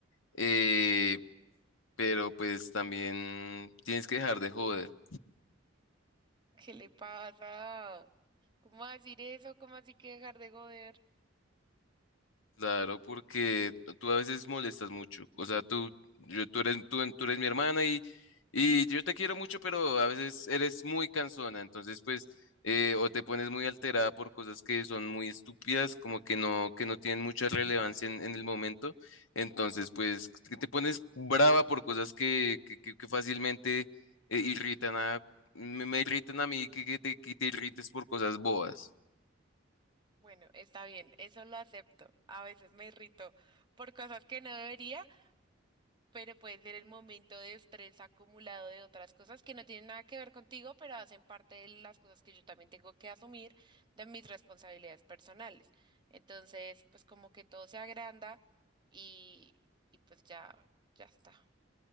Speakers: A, on the left (about 75°); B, on the right (about 25°).
A: Eh, pero pues también tienes que dejar de joder.
B: <laughs> ¿Qué le pasa? ¿Cómo va a decir eso? ¿Cómo así que dejar de joder?
A: Claro, porque tú a veces molestas mucho. O sea, tú, yo, tú eres, tú, tú eres mi hermana y, y yo te quiero mucho, pero a veces eres muy cansona. Entonces, pues, eh, o te pones muy alterada por cosas que son muy estúpidas, como que no, que no tienen mucha relevancia en, en el momento. Entonces, pues, que te pones brava por cosas que, que, que- que fácilmente eh, irritan a, me, me irritan a mí, que, que te, que te irrites por cosas bobas.
B: Bueno, está bien, eso lo acepto. A veces me irrito por cosas que no debería, pero puede ser el momento de estrés acumulado de otras cosas que no tienen nada que ver contigo, pero hacen parte de las cosas que yo también tengo que asumir de mis responsabilidades personales. Entonces, pues como que todo se agranda y, y pues ya, ya está.